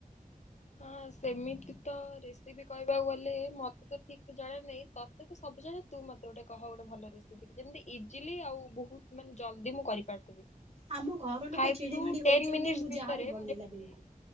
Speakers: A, on the left; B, on the right.
A: ହଁ ସେମିତି ତ ରେସିପି କହିବାକୁ ଗଲେ ମତେ ତ ଠିକ୍ ଜଣା ନାଇଁ ତତେ ତ ସବୁ ଜଣା ତୁ ମୋତେ ଗୋଟେ କହ ଗୋଟେ ଭଲ ରେସିପି ଯେମିତି ଇଜିଲି ଆଉ ବହୁତ ମାନେ ଜଲ୍ଦି ମୁଁ କରିପାରଥିବି
B: ଆମ ଘର ଲୋକ
A: ଫାଇଫ
B: ଚିଡିମିଡି
A: ଟୁ
B: ହଉଛନ୍ତି
A: ଟେନ ମିିନିଟସ
B: ମୁଁ
A: ଭିତରେ
B: ଯାହାବି ବନେଇଲା
A: ମୁ ଯେମିତି
B: ବେଳକୁ।